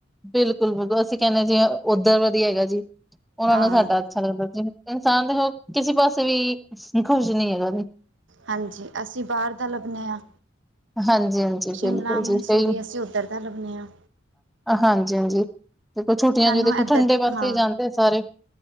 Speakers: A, in the centre; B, on the right.
A: ਬਿਲਕੁਲ ਬਿਲਕੁਲ ਅਸੀਂ ਕਹਿੰਦੇ ਹਾਂ ਜੀ ਉੱਧਰ ਵਧੀ ਹੈਗਾ ਜੀ ਉਹਨਾਂ
B: ਹਾਂ
A: ਨੂੰ ਸਾਡਾ ਅੱਛਾ ਲੱਗਦਾ ਜੀ ਇਨਸਾਨ ਦੇ ਉਹ ਕਿਸੇ ਪਾਸੇ ਵੀ ਖੁਸ਼ ਨਹੀਂ ਹੈਗਾ ਜੇ
B: ਹਾਂਜੀ ਅਸੀਂ ਬਾਹਰ ਦਾ ਲੱਭਦੇ ਹਾਂ।
A: ਹਾਂਜੀ
B: ਸ਼ਿਮਲਾ
A: ਬਿਲਕੁਲ
B: ਮਨਸੂਰੀ
A: ਜੀ ਕਈ
B: ਅਸੀਂ ਉੱਧਰ ਦਾ ਲੱਭਦੇ ਹਾਂ।
A: ਹਾਂਜੀ ਹਾਂਜੀ ਦੇਖੋ ਛੁੱਟੀਆਂ
B: ਸਾਨੂੰ
A: ਚ ਦੇਖੋ
B: ਇੱਧਰ
A: ਠੰਡੇ ਵਾਸਤੇ
B: ਹਾਂ
A: ਹੀ ਜਾਂਦੇ ਆ ਸਾਰੇ